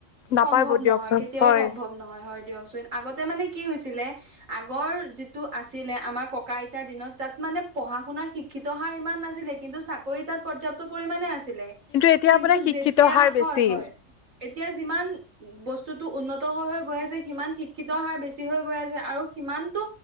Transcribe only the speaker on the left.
নাপায়ব
দিয়কচোন।
হয়
এতিয়া
আপোনাৰ শিক্ষিত
হাৰ বেছি